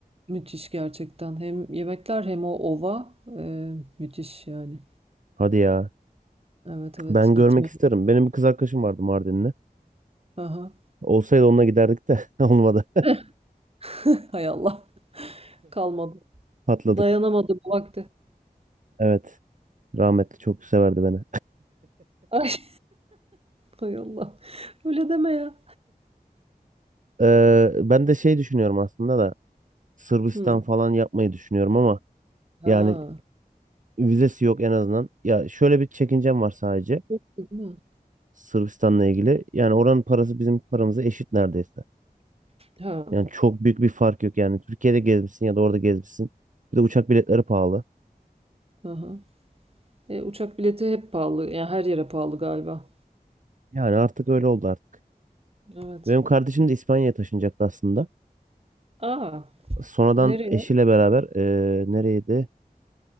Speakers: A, on the right; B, on the right.
A: müthiş gerçekten. Hem yemekler hem o ova e, müthiş yani.
B: Hadi ya.
A: Evet evet
B: Ben görmek
A: gitmeyi.
B: isterim. Benim bir kız arkadaşım vardı Mardinli.
A: Aha.
B: Olsaydı onunla giderdik de <laughs> olmadı.
A: <laughs> Hay Allah kalmadı.
B: Patladık.
A: Dayanamadı bu vakti.
B: Evet. Rahmetli çok severdi beni.
A: Ay <laughs> hay Allah. Öyle deme ya.
B: Ee, ben de şey düşünüyorum aslında da Sırbistan
A: Hı.
B: falan yapmayı düşünüyorum ama
A: Ha.
B: yani vizesi yok en azından. Ya şöyle bir çekincem var sadece
A: Yoktu değil mi?
B: Sırbistan'la ilgili. Yani oranın parası bizim paramıza eşit neredeyse.
A: Ha.
B: Yani çok büyük bir fark yok yani. Türkiye'de gezmişsin ya da orada gezmişsin. Bir de uçak biletleri pahalı.
A: Hı E, uçak bileti hep pahalı. Yani her yere pahalı galiba.
B: Yani artık öyle oldu artık.
A: Evet.
B: Benim kardeşim de İspanya'ya taşınacaktı aslında.
A: Aa,
B: Sonradan
A: nereye?
B: eşiyle beraber eee nereydi?